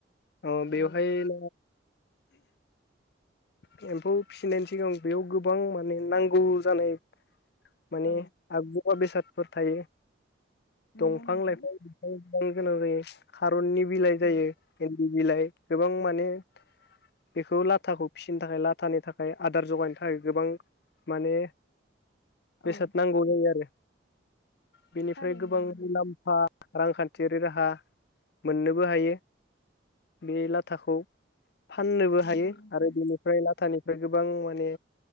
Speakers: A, on the left; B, on the left.
A: अ बेवहाय
B: औ
A: <inaudible> औ एम्फौ फिसिनायनि सिगां बेयाव गोबां माने नांगौ जानाय माने
B: औ
A: आगजु मुवा बेसादफोर थायो
B: नंगौ
A: दंफां
B: नोंथां
A: लाइफां बिफां बाहायनो गोनां जायो खा रननि बिलाइ जायो।
B: औ
A: बिलाइ गोबां माने बेखौ लाथाखौ फिनो थाखाय लाथानि थाखाय आदार जगायनो थाखाय गोबां माने बेसाद
B: औ
A: नांगौ जायो आरो। बेनिफ्राय
B: थारैनो
A: गोबां
B: नंगौ
A: मुलाम्फा
B: नोंथां
A: रांखान्थियारि राहा। मोननोबो हायो। बे लाथाखौ। फाननोबो
B: नंगौ
A: हायो।
B: नोंथां
A: आरो बेनिफ्राय लाथानि फ्राय गोबां माने